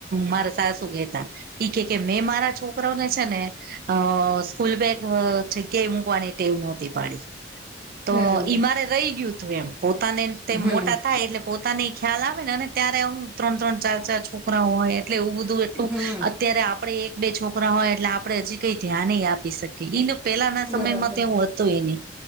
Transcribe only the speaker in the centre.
બરાબર
હમ
હમ
બરાબર